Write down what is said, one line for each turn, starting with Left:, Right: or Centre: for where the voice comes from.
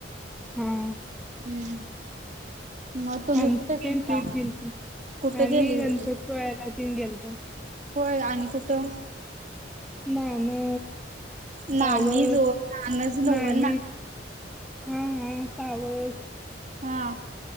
Centre: हम.
Right: हम्म. मग तुम्ही
Centre: आमची
Right: कुठे गेलता?
Centre: पण ट्रिप गेलती,
Right: कुठे
Centre: आम्ही
Right: गेली
Centre: गणपतपुळ्याला
Right: होती?
Centre: तेन गेलतो.
Right: होय आणि कुठं.
Centre: नाना.
Right: नानी
Centre: पावस,
Right: जो नानच नव्ह
Centre: नानीच, हा हा. पावस.
Right: हा.